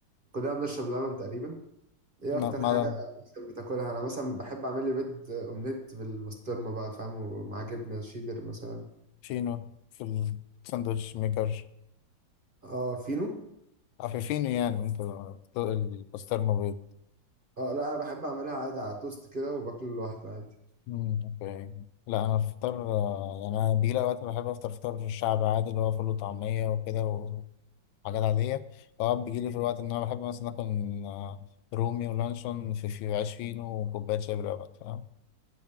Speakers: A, on the right (about 35°); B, on the left (about 90°).
A: كلنا بنشرب لبن تقريبا ايه
B: لا،
A: اكتر
B: معدن
A: حاجه مثلا بتاكلها انا مثلا بحب اعمل لي بيض اومليت بالبسطرمه بقى فاهم ومعاه جبنه شيدر مثلا
B: شينو في الساندوتش ميكر
A: اه فينو
B: عفيفينو يعني أنت البسطرمة بيض
A: اه لا انا بحب اعملها عادي على توست كده وباكله لوحده عادي
B: مم، اوكي لا انا الفطار آه، يعني انا بيجي لي اوقات بحب افطر فطار الشعب عادي اللي هو فول وطعميه وكده وحاجات عاديه اوقات بيجي لي في الوقت ان انا بحب مثلا اكل آه، رومي ولانشون في في عيش فينو وكوبايه شاي بلبن فاهم